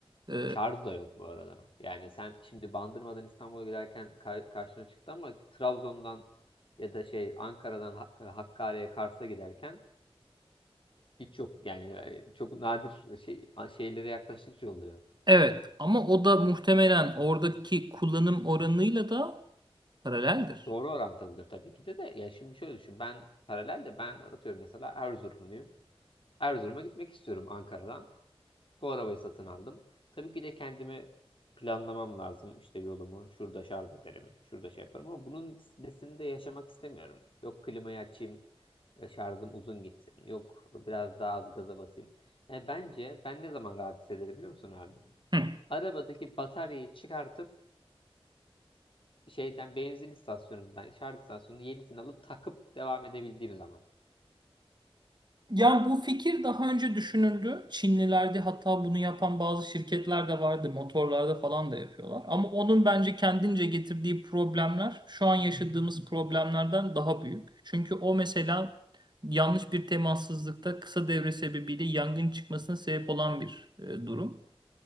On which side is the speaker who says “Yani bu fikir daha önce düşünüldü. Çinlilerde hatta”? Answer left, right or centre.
Right